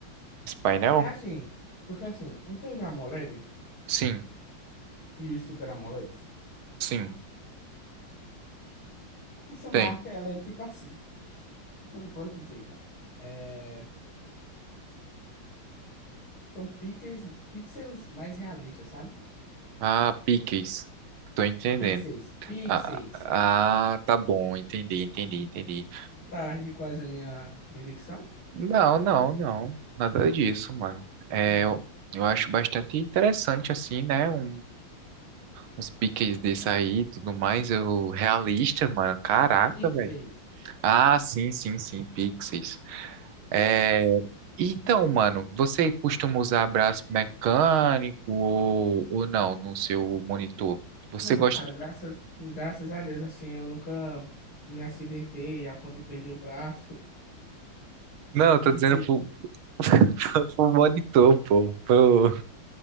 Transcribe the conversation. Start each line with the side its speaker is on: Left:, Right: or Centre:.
Right: esse painel?
Left: É assim, porque assim, então os AMOLED
Right: Sim,
Left: e os Super AMOLED
Right: sim,
Left: Essa marca,
Right: tem.
Left: ela é tipo assim, ó. como é que eu posso dizer, cara? É, são pixels, pixels mais realistas, sabe?
Right: Ah, piques. Tô entendendo.
Left: Pixels, pixels.
Right: Ah, ah, tá bom, entendi, entendi, entendi.
Left: Você tá ridicularizando a minha, minha dicção?
Right: Não, não, não. Nada disso, mano. É,
Left: Que bom.
Right: eu, eu acho bastante interessante, assim, né? Um, Os piques desse aí e tudo mais, eu realista, mano. Caraca,
Left: Pixels.
Right: velho. Ah, sim, sim, sim, Pixies. É, então, mano, você costuma usar braço mecânico ou, ou não no seu monitor? Você
Left: Não,
Right: gosta.
Left: cara, graças, graças a Deus, assim, eu nunca me acidentei a ponto de perder o braço
Right: Não, eu tô
Left: e
Right: dizendo
Left: ter...
Right: pro, <laughs> pro monitor, pô. Pro-